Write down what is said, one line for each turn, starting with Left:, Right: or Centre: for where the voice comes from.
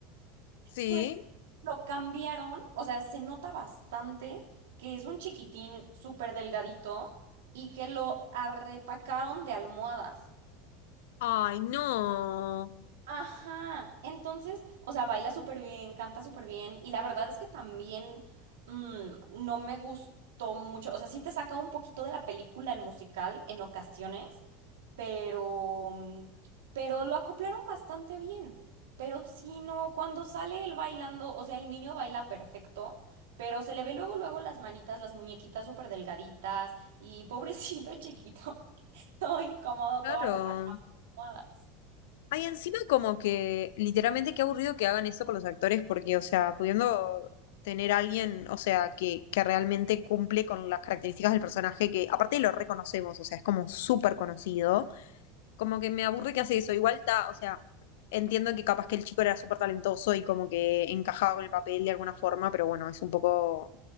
Left: Sí.
Right: Pues lo cambiaron, o sea, se nota bastante que es un chiquitín súper delgadito y que lo arretacaron de almohadas.
Left: Ay, no.
Right: Ajá, entonces, o sea, baila súper bien, canta súper bien y la verdad es que también mm, no me gustó mucho, o sea, sí te saca un poquito de la película el musical en ocasiones, pero, mm, pero lo acoplaron bastante bien, pero sí, no, cuando sale él bailando, o sea, el niño baila perfecto, pero se le ve luego, luego las manitas, las muñequitas súper delgaditas y pobrecito chiquito, <laughs> todo incómodo,
Left: Claro.
Right: todo arretacado. en almohadas.
Left: Ay, encima como que literalmente qué aburrido que hagan eso con los actores, porque, o sea, pudiendo tener a alguien, o sea, que, que realmente cumple con las características del personaje, que aparte lo reconocemos, o sea, es como súper conocido, como que me aburre que hace eso. Igual está, o sea, entiendo que capaz que el chico era súper talentoso y como que encajaba con el papel de alguna forma, pero bueno, es un poco